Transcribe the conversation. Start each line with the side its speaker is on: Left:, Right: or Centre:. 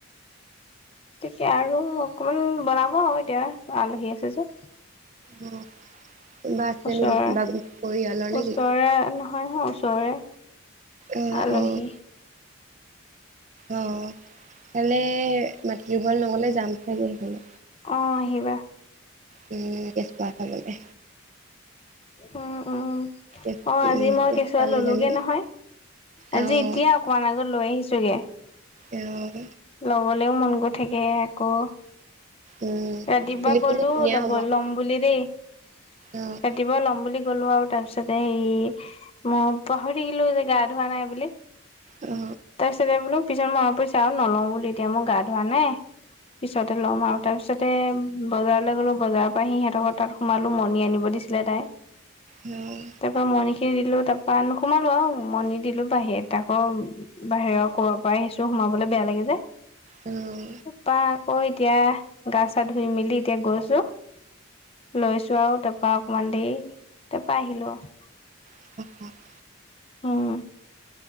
Left: তেতিয়া আৰু অকণমান বনাব আৰু এতিয়া, আলহী আছে যে।
Right: অ'। কোনোবা আছে
Left: ওচৰে
Right: নেকি কোনোবা পৰিয়ালৰ নেকি?
Left: ওচৰে ন হয়, হয় ওচৰৰে
Right: অ',
Left: আলহী।
Right: অ', অ সেফালে মাটিব নগলে যাম চাগে সেইফালে।
Left: অ আহিবা।
Right: উম কেছোৱা এটা ললে।
Left: উম, উম
Right: উম,
Left: অ আজি মই
Right: কেঁচুৱালীজনী
Left: কেঁচুৱা ললোগে নহয় আজি
Right: অ',
Left: এতিয়া অকণমান আগত লৈ আহিছোগে।
Right: উম
Left: ল'বলৈও মন গৈ থাকে আকৌ
Right: উম
Left: ৰাতিপুৱা
Right: ফুলি ফুলি
Left: গলো
Right: ধুনীয়া
Left: লব
Right: হ'ব অ'।
Left: লম বুলি দেই তা
Right: অ',
Left: ক ল'ম বুলি গ'লো আও তাৰ পিছতে সেই মই পাহৰি থাকিলো যে গা ধোৱা নাই বুলি।
Right: অ
Left: তাৰ পিছতে বোলো পিছত মনত পৰিছে আও নলম বুলি এতিয়া মই গা ধোৱা নাই পিছতে ল'ম আৰু তাৰপিছত তে বজাৰলৈ গ'লো বজাৰৰ পৰা আহি সিহঁতৰ ঘৰৰ তাত সোমালো মণি আনিব দিছিলে তাই।
Right: উম
Left: তাৰপৰা মণিখিনি দিলো তাৰপৰা নোসোমালো আও মণি দিলো বাহিৰত আকৌ বাহিৰৰ কৰ'ৰ পৰা আহিছো সোমাবলৈ বেয়া লাগে যে।
Right: উম,
Left: তাপা আকৌ এতিয়া গা চা ধুই মেলি এতিয়া গৈছো। লৈছো আৰু তাৰপা অকমান দেৰি তাৰপা আহিলো আৰু।
Right: <unintelligible>
Left: উম,